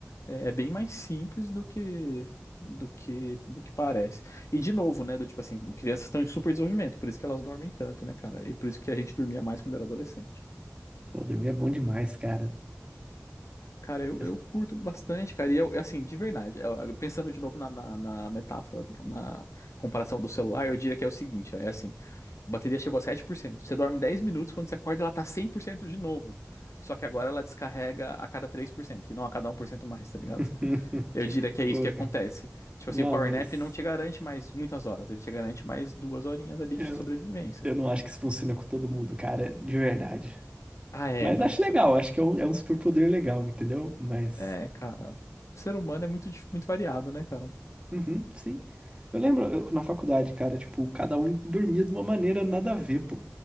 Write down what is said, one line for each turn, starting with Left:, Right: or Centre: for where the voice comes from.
Left: É, é bem mais simples do que do que do que parece. E de novo, né, do tipo assim, crianças estão em super desenvolvimento, por isso que elas dormem tanto, né, cara? E por isso que a gente dormia mais quando era adolescente.
Right: Pô, dormir é bom demais, cara.
Left: Cara, eu,
Right: Essa-
Left: eu curto bastante, cara. E eu, assim, de verdade, eu- eu pensando de novo na, na, na metáfora, na comparação do celular, eu diria que é o seguinte, ó, é assim, a bateria chegou a 7%. Você dorme 10 minutos, quando você acorda ela tá 100% de novo. Só que agora ela descarrega a cada 3% e não a cada um por cento mais, tá ligado?
Right: <laughs>
Left: Eu diria que é isso
Right: Pô,
Left: que acontece.
Right: cara.
Left: Tipo
Right: Não,
Left: assim, o Power
Right: mas
Left: Nap não te garante mais muitas horas, ele te garante mais duas horinhas ali
Right: eu,
Left: de sobrevivência.
Right: eu não acho que isso funciona com todo mundo, cara, de verdade.
Left: Ah, é,
Right: Mas
Left: não.
Right: acho
Left: cê-
Right: legal, acho que é um, é um superpoder legal, entendeu? Mas.
Left: É, cara. O ser humano é muito, dif- muito variado, né, cara?
Right: Uhum, sim. Eu lembro eu- na faculdade, cara, tipo, cada um dormia de uma maneira nada a ver, pô.